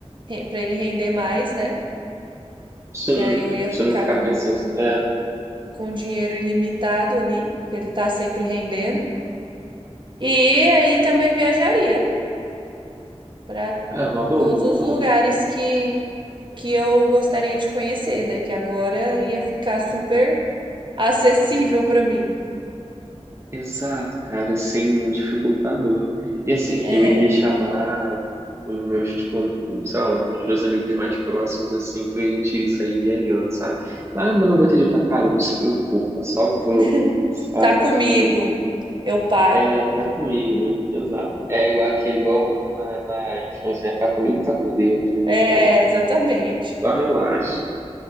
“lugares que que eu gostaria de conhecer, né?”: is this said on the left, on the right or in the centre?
Right